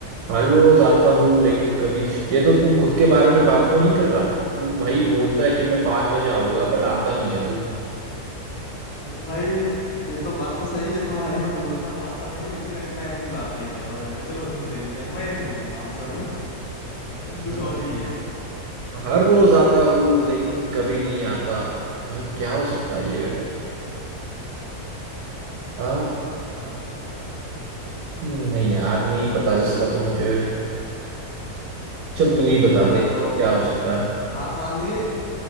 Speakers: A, on the right; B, on the left.
A: हर रोज आता हूँ लेकिन कभी ये तो तू खुद के बारे में बात तो नहीं कर रहा तू भाई बोलता है कि मैं पाँच बजे आऊंगा बट आता नहीं है तू
B: भाई ये तो बात तो सही है तुम्हारी मैं बोलता हूँ आता नहीं हूँ लेकिन मैं अपनी बात नहीं कर रहा हूँ यहाँ पे चलो हिंट दे दिया मैं नहीं हूँ आंसर में <laughs>
A: हम्म,
B: कुछ और ही है
A: हर रोज आता हूँ लेकिन कभी नहीं आता भाई क्या हो सकता है ये आ,
B: हाँ
A: नहीं यार नहीं
B: सोचो
A: पता
B: सोचो
A: इसका तो मुझे चल तू ही
B: अ,
A: बता दे क्या
B: तो
A: हो सकता है
B: हार मान लिए